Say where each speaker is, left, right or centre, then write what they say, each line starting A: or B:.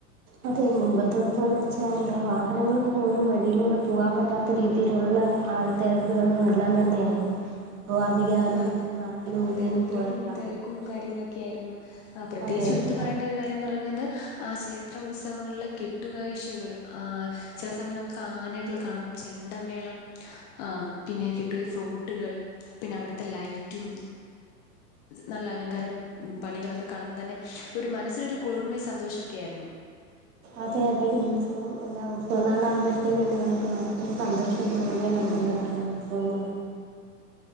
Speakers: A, on the right; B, on the left.
A: അതെ മുൻപത്തെ എന്താന്ന് വെച്ചാൽ വാഹനങ്ങൾക്ക് പോലും വഴിയിലൂടെ പോകാൻ പറ്റാത്ത രീതിയിലുള്ള ആൾ തിരക്കുകളും എല്ലാം തന്നെയായിരുന്നു ഇപ്പോ അധികം ആരും
B: അത
A: എടുത്താൻ
B: അതെ
A: കാണാനും
B: അതെ
A: ഒന്നിനും
B: അത്രക്കും
A: പോരല്ല അമ്പലത്തിൽ
B: തിരക്കും
A: പോയി
B: കാര്യങ്ങളൊക്കെ ആയിരുന്നു ആ പ്രത്യേകിച്ച്
A: അതെ അതെ
B: എടുത്ത് പറയണ്ട ഒരു കാര്യം പറഞ്ഞത് ആ ക്ഷേത്ര ഉത്സവങ്ങളിലെ കെട്ടുകഴ്ചകൾ ആ ചില സമയം നമുക്ക് ആനകൾ കാണാം ചെണ്ടമേളം ആ പിന്നെ കിട്ടും ഫ്രൂട്ടുകൾ പിന്നെ അവിടുത്തെ ലൈറ്റും നല്ല അലങ്കാര- -പണികളൊക്കെ കാണുമ്പോ തന്നെ ഒരു മനസ്സിനൊരു കുളിർമയും സന്തോഷൊക്കെ ആയിരുന്നു
A: അതെ അതെ ഉത്സവം എന്താ ഉത്സവ നാളാകുമ്പോഴത്തേന്നെ നമ്മക്ക് മനസിന് സന്തോഷം ഇത് വറേ നാണ് <unintelligible>